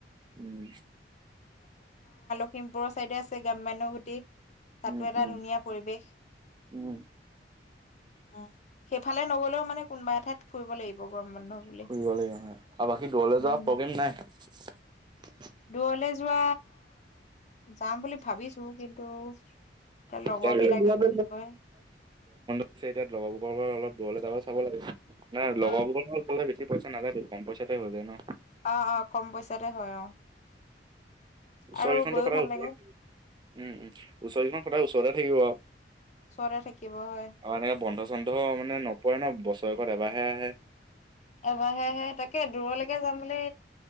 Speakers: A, on the right; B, on the left.
A: উম
B: থিমপুৰৰ <unintelligible> গ্ৰাম্যয় গুটি তাতো
A: উম
B: এটা
A: উম
B: ধুনীয়া পৰিৱেশ
A: উম
B: উ সেইফালে নগলেও মানে কোনোবা এঠাইত ফুৰিব লাগিব
A: ফুৰিব
B: গৰম বন্ধ বুলি
A: লাগিব ন আৰু বাকী দূৰলৈ
B: উম
A: যোৱা প্ৰগ্ৰেম নাই <unintelligible>
B: দূৰলে যোৱা যাম বুলি ভাবিছো কিন্তু এতিয়া লগৰ
A: গৰম
B: বিলাকে
A: বন্ধ
B: কি কয়
A: <unintelligible> এতিয়া লগৰবোকৰ পৰা অলপ দৰলোবলৈ চাব লাগে ন
B: অ
A: লগৰবৰ গ'লে বেছি পইচা নাযায় কম পইচাতে হৈ যায় ন
B: আহ অ কম পইচাতে হয় অ
A: ওচৰিখনো
B: আৰু গৈও
A: সদায়
B: ভাল
A: ওচৰ
B: লাগে
A: থাকিব উ ওচৰিখন সদায় ওচৰতে থাকিব অ
B: ওচৰতে থাকিব হয়
A: এনেকে বন্ধ চন্ধ মানে নপৰে ন বছৰ ৰেকত এবাৰহে আহে।
B: এবাৰহে আহে, তাকে দূৰলৈকে যাম বুলি